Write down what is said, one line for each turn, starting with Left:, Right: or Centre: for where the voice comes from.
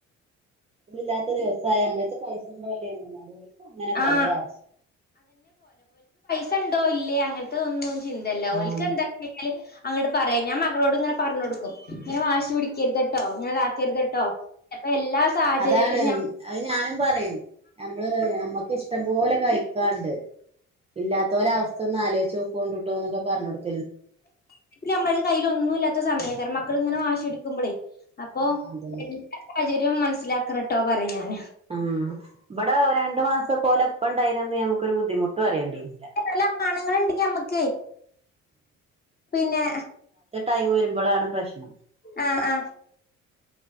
Right: സ്കൂൾ ഇല്ലാത്ത ദിവ് സായ നമ്മളെ എട്ത്ത് പൈസ ഒന്നും ഇല്ലെന്നു ഇന്നാലും ഓർക്ക് ഇങ്ങനെ പലെ
Left: ആഹ്
Right: ആവ്ശ്യം
Left: സ ഇണ്ടോ ഇല്ലേ അങ്ങൻത്ത ഇതൊന്നും ചിന്ത ഇല്ല
Right: ആഹ്
Left: ഓൽക്ക് എന്താ <unintelligible> ഞ്ഞാൽ അങ്ങട്ട് പറയാ ഞാൻ മകളോട് ഇങ്ങനെ പർഞ്ഞൊട്ക്കും ഇങ്ങനെ വാശി പിടിക്കെര്ത്ട്ടോ ഇങ്ങനെതാക്കെര്ത് ട്ടോ ചെൽപ്പ എല്ലാ സാഹചര്യത്തിലും
Right: അതാണ്
Left: ഞ
Right: അത് ഞാനും പറയും ഞമ്മൾ ഞമ്മക്ക് ഇഷ്ടം പോലെ കഴിക്കാണ്ട് ഇല്ലാത്തോലെ അവസ്ഥ ഒന്ന് ആലോയിച്ച് നോക്കോണ്ടുട്ടോ ഇന്നൊക്കെ പർഞ്ഞൊട്‌
Left: ഞമ്മളെ കയ്യ്ൽ ഒന്നും ഇല്ലാത്ത സമയെക്കാരം മക്കൾ ഇങ്ങനെ വാശി പിടിക്കുമ്പളെ അപ്പോ
Right: ആഹ് അതന്നെ
Left: എല്ലാ സാഹചര്യവും മനസ്സിലാക്കണട്ടോ പറിം ഞാൻ
Right: ആ ഇവടെ രണ്ടു മാസം ഇപ്പ ഒലെ ഇപ്പ ഇണ്ടായിന അന്ന് ഞമ്മക്ക് ഒരു ബുദ്ധിമുട്ടും അറിയെണ്ടെന്നു
Left: പെരിലെ ആൺങ്ങൾ ഇണ്ടെങ്കി ഞമ്മക്കെ പിന്നെ
Right: ടൈമ് വെരുമ്പളാണ് പ്രശ്നം
Left: ആ ആ